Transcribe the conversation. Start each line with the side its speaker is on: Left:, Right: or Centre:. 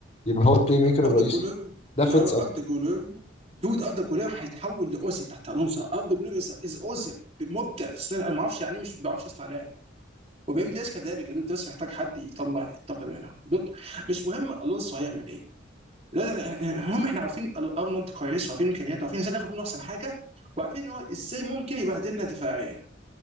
Left: يبقى هو البلاي ميكر
Right: اوف
Left: الرئيسي
Right: ذا كولر
Left: ده
Right: ما
Left: فيتس
Right: اوف
Left: اكتر
Right: ذا كولر دود اوف ذا كولر هيتحول لاوزل تحت الونسو اوف ذا كولر از اوزل مبدع في السنة. انا ما اعرفش يعني إيه مش ما بعرفش اصنع لعب وبيم دي اس كذلك يا دود، انت بس محتاج حد يطلع الطاقه دي منهم دوت مش مهم الونسو هيعمل ايه دلوقتي إحنا- المهم احنا عارفين ال- ارنولد كويس وعارفين امكانياته وعارفين ازاي ناخد منه احسن حاجه وعارفين ان هو ازاي ممكن يبهدلنا دفاعيا